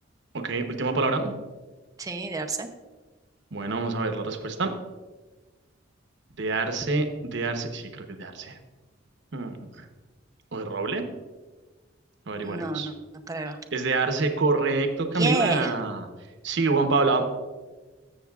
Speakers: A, on the right (about 65°); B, on the right (about 20°).
A: Ok, última palabra.
B: Sí, de Arce.
A: Bueno, vamos a ver la respuesta. De arce, de arce, sí, creo que es de arce. Mm, ¿O de roble? Averiguaremos.
B: No, no, no creo.
A: Es de arce, correcto, Camila.
B: Yeah.
A: Sí, Juan Pablo.